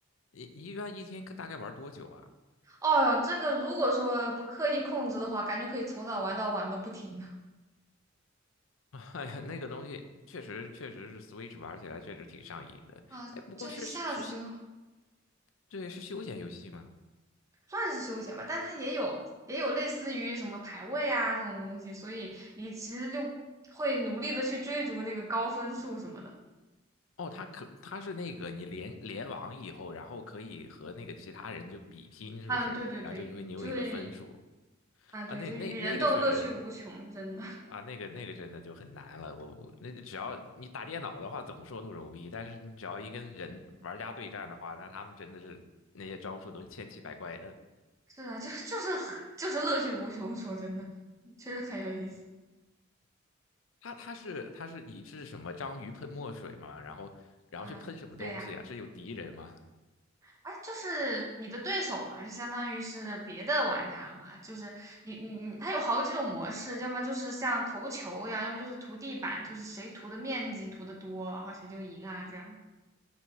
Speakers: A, on the left; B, on the right.
A: 一一般一天大概玩多久啊？
B: 哦哟，这个如果说不刻意控制的话，感觉可以从早玩到晚都不停的。
A: <laughs> 哎呀，那个东西确实确实是 Switch 玩起来确实挺上瘾的。
B: 啊，
A: 哎，不过是是是，
B: 这一下子就
A: 对，是休闲游戏吗？
B: 算是休闲吧，但它也有也有类似于什么排位啊这种东西，所以你其实就会努力的去追逐那个高分数什么的。
A: 哦，它可它是那个你联联网以后，然后可以和那个其他人就比拼，是不是？
B: 啊，对对对，
A: 然后就因为你有一个分数
B: 就是啊，
A: 啊。
B: 对，
A: 那那那个确实
B: 就是与人斗，乐趣无穷，真的
A: 啊，那个那个真的就很难了。我我那只要你打电脑的话，怎么说都容易，但是你只要一跟人玩家对战的话，那他们真的是那些招数都是千奇百怪的。
B: <laughs> 是啊，就是就是 <laughs> 就是乐趣无穷，说真的，确实很有意思
A: 它它是它是你是什么章鱼喷墨水吗？然后然后去喷什么东西啊？
B: 啊，对呀。
A: 是有敌人吗？
B: 哎，就是你的对手嘛，就相当于是别的玩家嘛，就是你你你，它有好几种模式，要么就是像投球一样，要么就是涂地板，就是谁涂的面积涂的多，然后谁就赢啊，这样，<laughs>